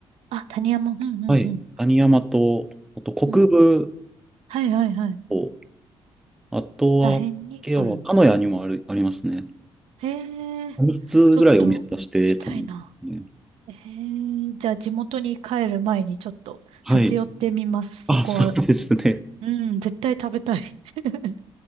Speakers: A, on the right; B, in the centre.
A: あ、谷山。うんうんうん。
B: はい。谷山と、あと国分
A: うん。はいはいはい。
B: と、あとは、
A: らへんにあるんだ。
B: ケアは、鹿屋にもある、ありますね。
A: へえ、
B: 3つぐらいお店出してたんですね。
A: ちょっと行きたいな。ええ、じゃあ地元に帰る前にちょっと立ち寄ってみます、
B: はい。あ、
A: そこは。
B: そうですね。
A: うん、絶対食べたい。<laughs>